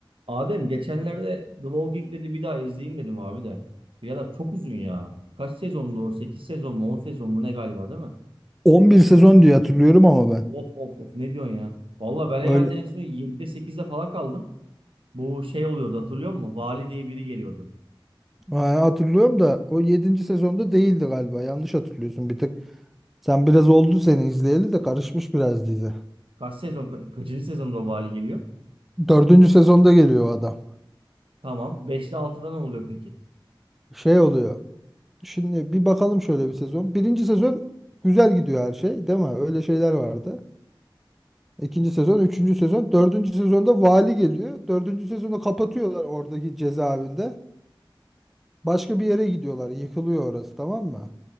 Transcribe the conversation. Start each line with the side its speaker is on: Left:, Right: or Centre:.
Right: Adem geçenlerde The Walking Dead'i bir daha izleyeyim dedim abi de. Birader çok uzun ya. Kaç sezondu o? 8 sezon mu 10 sezon mu ne galiba değil mi?
Centre: 11 sezon diye hatırlıyorum ama ben.
Right: Of of of ne diyorsun ya? Valla ben herhalde
Centre: Öyle
Right: en son 7'de 8'de falan kaldım. Bu şey oluyordu hatırlıyor musun? Vali diye biri geliyordu.
Centre: ha, hatırlıyorum da o yedinci sezonda değildi galiba. Yanlış hatırlıyorsun bir tık. Sen biraz oldu seni izleyeli de karışmış biraz dizi.
Right: Kaç sezon ka- kaçıncı sezonda o vali geliyor?
Centre: dördüncü sezonda geliyor o adam.
Right: Tamam. 5'te 6'da ne oluyor peki?
Centre: Şey oluyor. Şimdi bir bakalım şöyle bir sezon. Birinci sezon güzel gidiyor her şey, değil mi? Öyle şeyler vardı. İkinci sezon, üçüncü sezon, dördüncü sezonda vali geliyor. Dördüncü sezonu kapatıyorlar oradaki cezaevinde. Başka bir yere gidiyorlar. Yıkılıyor orası, tamam mı?